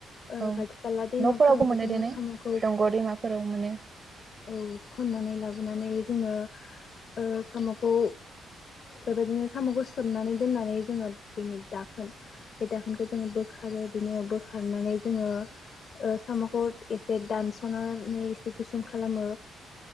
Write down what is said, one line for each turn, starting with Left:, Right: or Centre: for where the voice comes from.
Left: ओ
Right: औ
Left: खाथि खाला दैमाफोरावबो
Right: न'फोरावबो मोनो
Left: जोङो
Right: देनै
Left: साम'खौ
Right: दंग' दैमाफोराव मोनो
Left: औ खननानै लाबोनानै जोङो ओ साम'खौ बेबायदिनो साम'खौ सोमनानै दोननानै जोङो बेनि दाखोन बे दाखोनखौ जोङो बोखारो बेनि उनाव बोखारनानै जोङो ओ साम'खौ एसे दानस'नानै एसे गुसुं खालामो